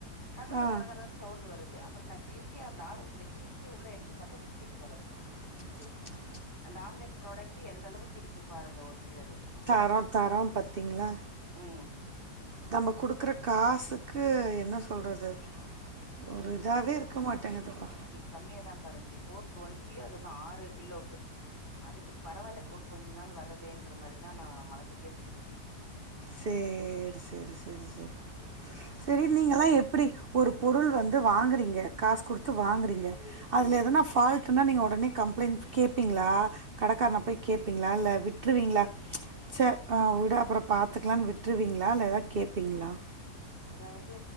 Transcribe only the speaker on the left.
நடுவுல
கரகரன்னு சவுண்ட் வருது அப் அப்பற நா கிளிச்சே அந்த ஆர்வத்துல கிளிச்சே உள்ள எடுத்து பாத்த பிஸ்கெட் கவரு
அந்த ஆன்லைன் ப்ரொடக்ட்டு எந்த அளவுக்கு இருக்கு பாருங்க ஒரு சிலது
ம்
கம்மியா தாம்ப்பா இருந்துச்சு போர் டுவெண்டியோ அதுதா ஆறு பில்லோக்கு அதுக்கு பரவால்ல ஒர் கொஞ்ச நாள் வர்றதேன்ற மாரி தா நா மனச தேத்திக்கிட்டே.
ம்
அதாவது